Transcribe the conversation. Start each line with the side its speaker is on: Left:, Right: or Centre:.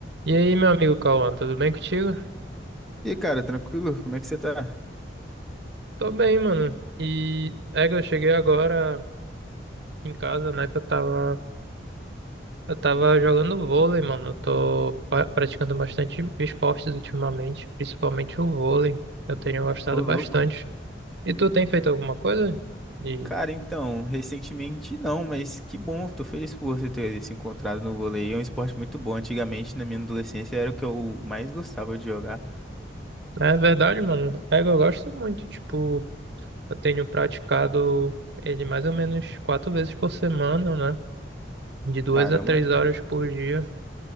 Right: E aí, meu amigo Cauã, tudo bem contigo?
Centre: E aí, cara, tranquilo? Como é que você tá?
Right: Tô bem, mano. E é que eu cheguei agora em casa, né, que eu tava, eu tava jogando vôlei, mano. Eu tô pa- praticando bastante esportes ultimamente, principalmente o vôlei. Eu tenho gostado
Centre: Ô, louco.
Right: bastante. E tu tem feito alguma coisa? E
Centre: Cara, então, recentemente não, mas que bom, tô feliz por você ter se encontrado no vôlei. É um esporte muito bom. Antigamente, na minha adolescência, era o que eu mais gostava de jogar.
Right: né, é verdade, mano. É que eu gosto muito. Tipo, eu tenho praticado ele mais ou menos quatro vezes por semana, né? De duas
Centre: Caramba.
Right: a três horas por dia.